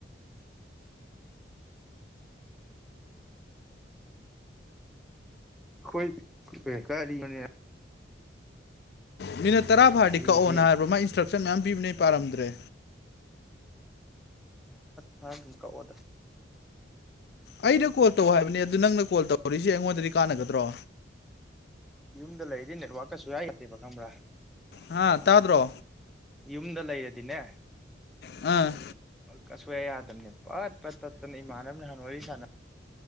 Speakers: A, in the centre; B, on the left.
A: ꯑꯩꯣꯏ ꯀꯥꯔꯤꯅꯦ
B: ꯃꯤꯅ ꯇꯔꯥ ꯐꯥꯗꯤ
A: ꯆꯍꯤꯁꯤ
B: ꯀꯛꯑꯣꯅ ꯍꯥꯏꯕ꯭ꯔ ꯃꯥ ꯏꯟꯁꯇ꯭ꯔꯛꯁꯟ ꯃꯌꯥꯝ ꯄꯤꯅꯦ ꯄꯥꯔꯝꯗ꯭ꯔꯦ
A: ꯐꯀ ꯑꯣꯗꯔ
B: ꯑꯩꯅ ꯀꯣꯜ ꯇꯧ ꯍꯥꯏꯕꯅꯦ ꯑꯗꯨ ꯅꯪꯅ ꯀꯣꯜ ꯇꯧ ꯀꯣꯔꯤꯁꯦ ꯑꯩꯉꯣꯟꯗꯗꯤ ꯀꯥꯟꯅꯒꯗ꯭ꯔꯣ
A: ꯌꯨꯝꯗ ꯂꯩꯔꯤꯗꯤ ꯅꯦꯠꯋꯥꯥꯛꯀꯁꯨ ꯌꯥꯏ ꯌꯥꯠꯇꯦꯕ ꯈꯪꯝꯕ꯭ꯔꯥ
B: ꯍꯥ ꯇꯥꯎꯗ꯭ꯔꯣ
A: ꯌꯃꯗꯂ ꯏꯔꯗꯅꯦ
B: ꯑꯥ
A: ꯀꯁꯣ ꯌꯥꯗ ꯄꯠ ꯄꯠ ꯇꯠꯇꯅ ꯏꯃꯥꯟꯅꯕꯅ ꯅꯍꯥꯟ ꯋꯥꯔꯤ ꯁꯥꯟꯅꯕ